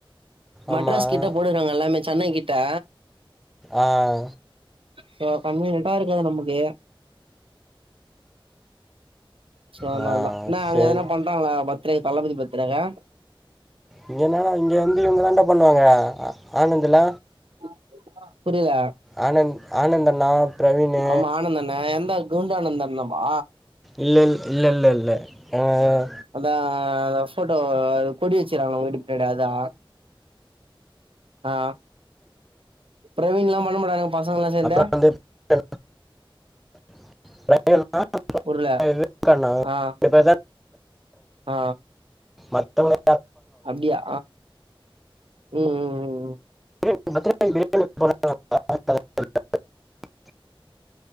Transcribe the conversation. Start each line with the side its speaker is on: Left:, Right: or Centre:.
Right: மெட்ராஸ்
Centre: ஆமாம்
Right: கிட்ட போடுறாங்க எல்லாமே சென்னை கிட் ட்ட
Centre: ஆ ஆ
Right: சோ கன்வீனியன்ட்டா இருக்காது நமக்கு சோ அதுனாலதா
Centre: ஆ
Right: என்ன அங்க
Centre: சரி
Right: எதனா பண்றாங்களா ப தற்கு தளபதி பத்துரக்கு
Centre: இங்கனா இங்க வந்து இவங்க தாண்ட பண்ணுவாங்க ஆனந்துல
Right: <inaudible> புரியல
Centre: ஆனந்த் ஆனந்த் அண்ணா பிரவீனு
Right: ஆமா ஆனந்தானே எந்த குண்டானந்தன்னவ
Centre: இல்ல இ இல்ல இல்ல இல்ல <unintelligible>
Right: அதா ஆ அந்த போட்டோ அது கொடி வெச்சுருக்காங்கள அவுங்க வீட்டுக் பின்னாடி அதா அ பிரவீன்லா பண்ணமாட்டாங்க பசங்கல்லா சேந்து
Centre: அப்புறம் வந்து <unintelligible>
Right: புருல
Centre: இருக்காண்ணா ரெண்டு
Right: அ
Centre: பேர் தான்
Right: அ
Centre: மத்தவங்க
Right: அப்டியா ம் ம் ம்
Centre: <unintelligible>